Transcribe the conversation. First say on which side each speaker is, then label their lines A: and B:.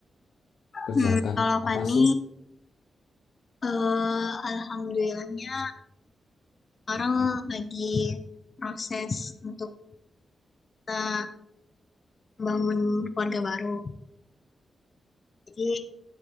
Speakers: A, on the left; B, on the left.
A: kerjakan?
B: Hmm, kalau Fani,
A: Apa sih?
B: eh, alhamdulillahnya Sekarang lagi proses untuk kita bangun keluarga baru. Jadi